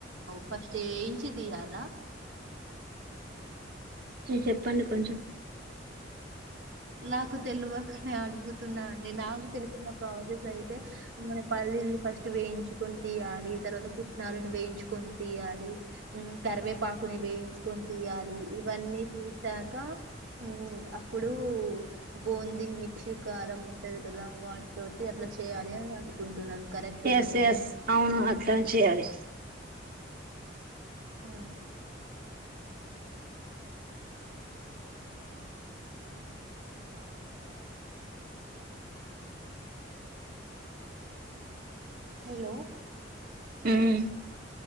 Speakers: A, on the right; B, on the right.
A: ఫస్ట్ వేయి చ్చి తీయాలా
B: చెప్పండి కొంచెం
A: నాకు తెలవకనే అడుగు తున్నా అండి నాకు తెలిసిన ప్రాసెస్ అయితే మనం పల్లీని ఫస్ట్ వేయించుకొని తీయాలీ తర్వాత పుట్నాలను వేయించుకొని తీయాలి ఉమ్ కరివేపాకుని వేయించుకొని తీయాలి ఇవన్నీ తీసాక ఉమ్ అప్పుడు బూందీ మీక్షికారం ఉంటది కదా వాటితోటి అట్లా చేయాలి అని అనుకుంటున్నాను కరెక్టేనా
B: ఎస్
A: ఇక
B: ఎస్ అవును అట్లా చేయాలి
A: ఆ హలో
B: ఉమ్